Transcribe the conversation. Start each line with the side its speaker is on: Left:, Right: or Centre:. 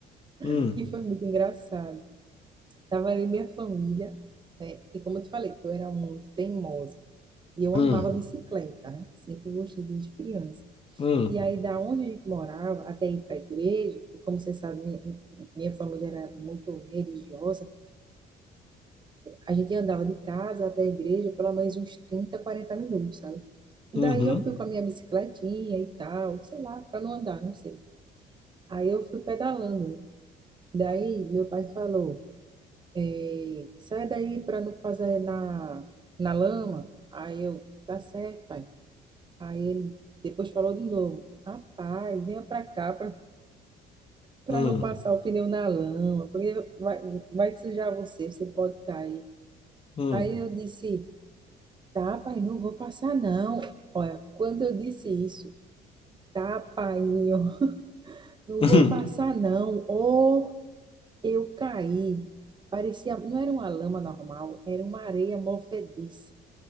Right: <laughs>
Left: hum,
Right: e foi muito engraçado. Tava ali minha família, né? E como eu te falei, eu era muito teimosa. E eu
Left: hum,
Right: amava bicicleta, né? Sempre gostei desde criança.
Left: hum,
Right: E aí, da onde a gente morava, até ir para a igreja, e como vocês sabem, minha, minha família era muito religiosa, a gente andava de casa até a igreja pelo menos uns 30 40 minutos, sabe? E
Left: uhum,
Right: daí eu fui com a minha bicicletinha e tal, sei lá, para não andar, não sei. Aí eu fui pedalando, né? Daí meu pai falou, É, sai daí para não fazer na, na lama. Aí eu, tá certo, pai. Aí ele depois falou de novo, rapaz, venha para cá para
Left: hum,
Right: não passar o pneu na lama, porque vai, vai sujar você, você pode cair.
Left: hum,
Right: Aí eu disse, tá, pai, não vou passar não. Olha, quando eu disse isso, tá, pai, não
Left: uhum.
Right: vou passar
Left: <laughs>
Right: não. Ou eu caí. Parecia, não era uma lama normal, era uma areia movediça.